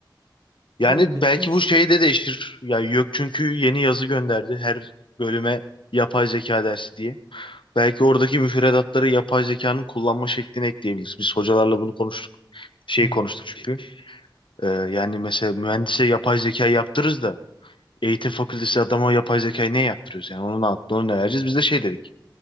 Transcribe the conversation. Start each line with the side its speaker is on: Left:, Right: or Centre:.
Left: Yani
Right: Hocam peki
Left: belki
Right: hiç
Left: bu şeyi de değiştir. Yani yok çünkü yeni yazı gönderdi her bölüme yapay zeka dersi diye. Belki oradaki müfredatları yapay zekanın kullanma şeklini ekleyebiliriz. Biz hocalarla bunu konuştuk. Şey
Right: Hmm.
Left: konuştuk çünkü. Ee, yani mesela mühendise yapay zeka yaptırırız da Eğitim fakültesi adama yapay zekayı ne yaptırıyoruz yani? Onun aklını ne vereceğiz? Biz de şey dedik.